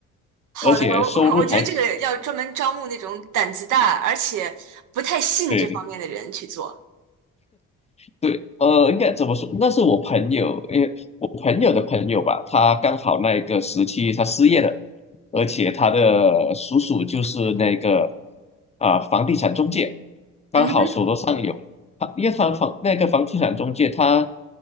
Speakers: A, on the right; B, on the left.
A: 好的，
B: 而且收入还挺，
A: 我我觉得这个要专门招募那种胆子大，而且不太信这方面的人去做。
B: 对对，呃，应该怎么说？那是我朋友，因为我朋友的朋友吧，他刚好那一个时期他失业了，而且他的叔叔就是那个啊、房地产中介，刚好手头上有，
A: 嗯哼，
B: 他因为他房那个房地产中介他